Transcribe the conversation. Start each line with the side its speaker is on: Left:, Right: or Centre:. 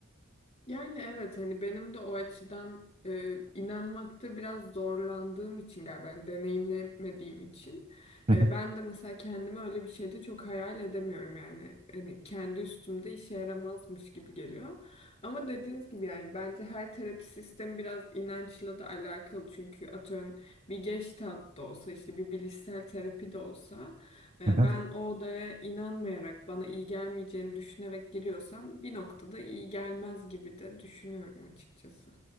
Left: Yani evet hani benim de o açıdan e, inanmakta biraz zorlandığım için galiba ben deneyimlemediğim için
Right: Hı
Left: E,
Right: hı.
Left: ben de mesela kendimi öyle bir şeyde çok hayal edemiyorum yani hani kendi üstümde işe yaramazmış gibi geliyor. Ama dediğiniz gibi yani bence her terapi sistemi biraz inançla da alakalı çünkü atıyorum bir Gestalt da olsa işte bir bilişsel terapi de olsa e,
Right: Hı hı.
Left: Ben o odaya inanmayarak, bana iyi gelmeyeceğini düşünerek giriyorsam bir noktada iyi gelmez gibi de düşünüyorum açıkçası.